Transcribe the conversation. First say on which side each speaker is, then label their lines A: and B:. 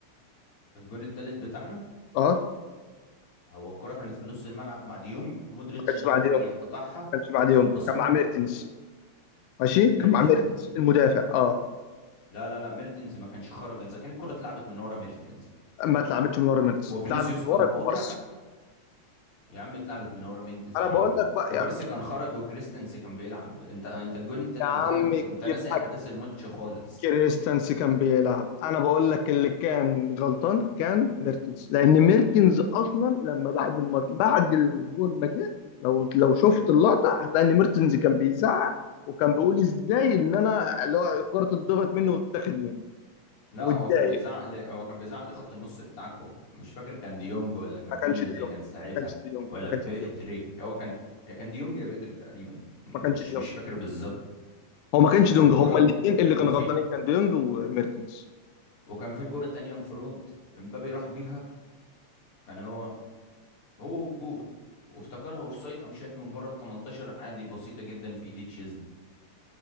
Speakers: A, on the left (about 45°); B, on the left (about 90°).
A: الجون التالت بتاعنا
B: اه
A: هو الكره كانت في نص الملعب مع ديونج ومودريتش
B: ما كانش
A: ضغط
B: مع ديونج
A: عليه
B: ما
A: قطعها
B: كانش مع ديونج
A: قام باصها
B: كان مع ميرتنز ماشي
A: ميرتينز
B: كان مع ميرتنز المدافع اه
A: لا لا لا ميرتينز ما كانش خرج اذا كان الكره اتلعبت من ورا ميرتينز
B: ما اتلعبتش من ورا ميرتنز
A: وفينيسيوس
B: اتلعبت من
A: قام
B: ورا كوبارسي
A: قاطع يا عم اتلعبت من ورا مينتز
B: انا
A: يا
B: بقول
A: عم
B: لك بقى
A: كوبارسي
B: يا
A: كان خرج وكريستنس كان بيلعب انت انت الجون التالت
B: يا عمي
A: بتاعنا انت انت ناسي
B: يبقى
A: احداث الماتش خالص
B: كريستنس كان بيلعب انا بقول لك اللي كان غلطان كان ميرتنز لان ميرتنز اصلا لما بعد الماتش بعد الجون ما جه لو لو شفت اللقطه هتلاقي ان ميرتنز كان بيزعق وكان بيقول ازاي ان انا اللي هو الكره اتضغط مني واتاخد مني
A: لا
B: واتضايق
A: هو كان بيزعق ل- هو كان بيزعق لخط النص بتاعكو مش فاكر كان ديونج ولا كان
B: ما
A: مين
B: كانش ديونج
A: اللي كان ساعتها
B: ما كانش ديونج
A: ولا
B: ما كانش
A: بدري
B: ديونج
A: هو كان يا كان ديونج يا بدري تقريبا مش
B: ما كانش ديونج
A: مش فاكر بالظبط
B: هو ما كانش ديونج
A: والكرة
B: هما الاثنين اللي
A: وفيه
B: كانوا غلطانين كان ديونج وميرتنز
A: وكان في كرة تانية انفراد امبابي راح بيها كان هو هو والجول وافتكرها اوفسايد قام شايط من بره ال 18 عادي بسيطة جدا في ايد تشيزني